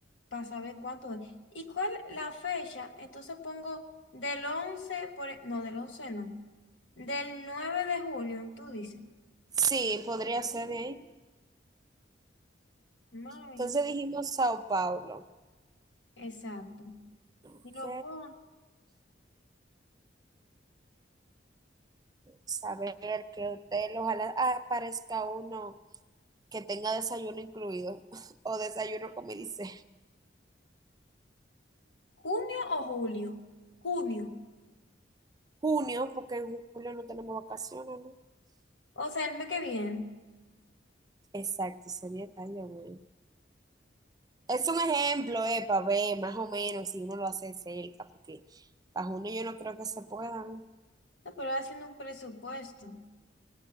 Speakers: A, on the left; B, on the right.
A: para saber cuánto es. ¿Y cuál la fecha? Entonces pongo del 11 por, e- no, del 11 no, del 9 de junio, tú dices.
B: Sí, podría ser de ahí.
A: Mayo,
B: Entonces dijimos Sao Paulo.
A: exacto.
B: Ok,
A: Y lo pongo,
B: Saber a ver qué hotel. Ojalá aparezca uno que tenga desayuno incluido <laughs> o desayuno, como dice.
A: ¿junio o julio? Junio,
B: Junio, porque en julio no tenemos vacaciones, ¿no?
A: o sea, el mes que viene.
B: Exacto, sería. Ay, Dios mío. Es un ejemplo, eh, para ver más o menos si uno lo hace cerca, porque para junio yo no creo que se puedan.
A: No, pero haciendo un presupuesto.